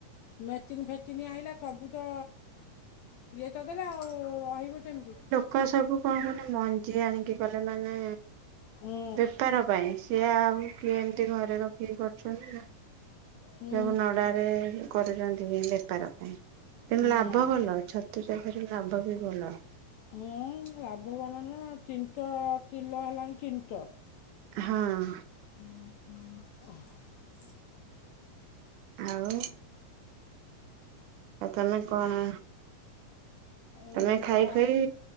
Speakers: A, on the left (about 80°); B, on the right (about 80°).
A: ମେଟିନ ଫେଟିନ ଆଇିଲା ସବୁ ତ ଇଏ ତ ଦେଲେ ଆଉ ରହିବ କେମିତି
B: କଣ ସବୁ କଣ ମାନେ ମଞ୍ଜି ଆଣିକି କଲେ ମାନେ
A: ହୁଁ
B: ବେପାର ପାଇଁ ସିଏ ଆଉ କିଏ ଏମିତି ଘରେ ରଖିକି କରୁଛନ୍ତି
A: ହୁଁ
B: ସବୁ ନଡ଼ାରେ କରୁଛନ୍ତି ବେପାର ପାଇଁ କିନ୍ତୁ
A: ହୁଁ
B: ଲାଭ ଭଲ ଛତୁ <inaudible> ଲାଭ ବି ଭଲ
A: <unintelligible> ଲାଭ ବାନ ନା ତିନିଟା ତିିଲୋ ହେଲାଣି ତିନିଟ
B: ହଁ
A: <unintelligible>
B: ଆଉ ଆଉ ତମେ କଣ
A: ଏଇ
B: ତମେ ଖାଇ
A: ବା
B: ଖାଇ